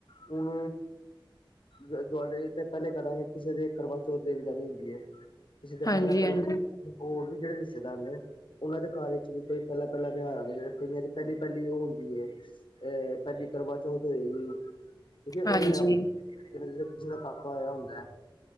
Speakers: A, on the left; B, on the left.
A: ਹੁਨ ਦੀਵਾਲ਼ੀ ਤੇ ਪਹਿਲੇ ਕਰਾਂਗੇ ਕਿਸੇ ਦੇ ਕਰਵਾ ਚੌਥ ਦੇਨ ਜਾਨੀ ਹੁੰਦੀ ਏ। ਕਿਸੇ ਦੇ
B: ਹਾਂਜੀ-ਹਾਂਜੀ
A: ਪਹਿਲਾਂ-ਪਹਿਲਾਂ ਐ, ਹੋਰ ਵੀ ਜੇੜੇ ਰਿਸ਼ਤੇਦਾਰ ਨੇ, ਓਨਾਂ ਦੇ ਘਰ ਵਿੱਚ ਵੀ ਕੋਈ ਪਹਿਲਾ-ਪਹਿਲਾ ਵਿਆਹ ਆ ਗਯਾ, ਕਈਆਂ ਦੀ ਪਹਿਲੀ ਪਹਿਲੀ ਓ ਹੁੰਦੀ ਏ। ਅ ਪਹਿਲੀ ਕਰਵਾ ਚੌਥ ਹੋਏਗੀ, ਠੀਕ ਐ ਉਹਨਾਂ
B: ਹਾਂਜੀ
A: ਨੇ
B: ਹਾਂਜੀ
A: ਆਪ ਜਿ ਕਿਸੇ ਦਾ ਕਾਕਾ ਹੋਇਆ ਹੁੰਦਾ ਹੈ,